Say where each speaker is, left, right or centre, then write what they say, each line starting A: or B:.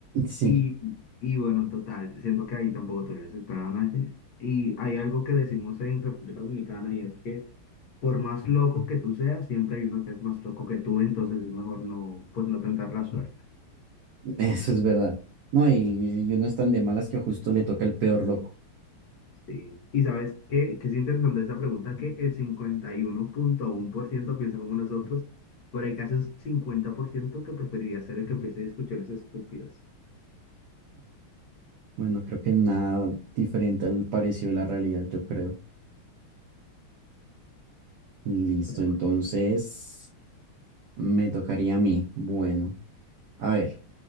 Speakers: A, on the right; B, on the left.
A: Sí,
B: Y, y bueno, total, siento que ahí tampoco todavía se está dando nadie. Y hay algo que decimos en República Dominicana y es que por más loco que tú seas, siempre hay uno que es más loco que tú, entonces es mejor no, pues no tentar la suerte.
A: eso es verdad. No, y, y uno es tan de malas que justo le toca el peor loco.
B: Sí. Y sabes qué, que es interesante esa pregunta, que el cincuenta y uno uno punto uno por ciento piensa como nosotros, pero hay casi un 50% que preferiría ser el que empiece discusiones estúpidas.
A: Bueno, creo que nada diferente al parecido de la realidad, yo creo. Listo,
B: Pero,
A: entonces me tocaría a mí. Bueno, a ver,